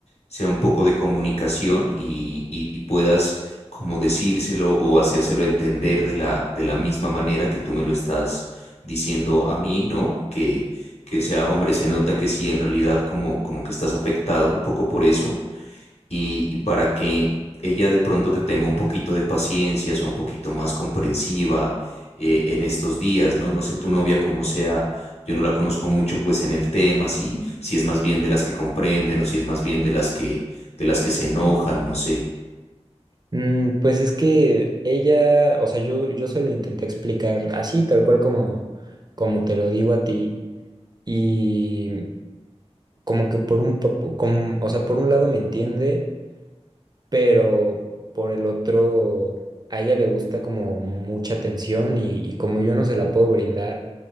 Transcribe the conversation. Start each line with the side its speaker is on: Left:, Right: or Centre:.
Left: sea un poco de comunicación y, y- y puedas como decírselo o hacérselo entender de la, de la misma manera que tú me lo estás diciendo a mí, ¿no? Que, que sea hombre, se nota que sí, en realidad como, como que estás afectado un poco por eso y, y para que ella de pronto te tenga un poquito de paciencia, sea un poquito más comprensiva eh, en estos días, ¿no? No sé tu novia cómo sea, yo no la conozco mucho pues en el tema, si, si es más bien de las que comprenden o si es más bien de las que, de las que se enojan, no sé.
Right: Mm, pues es que ella, o sea, yo, yo se lo intenté explicar así, tal cual como, como te lo digo a ti, y como que por un, pa- com- o sea, por un lado me entiende, pero por el otro, a ella le gusta como mucha atención y, y como yo no se la puedo brindar,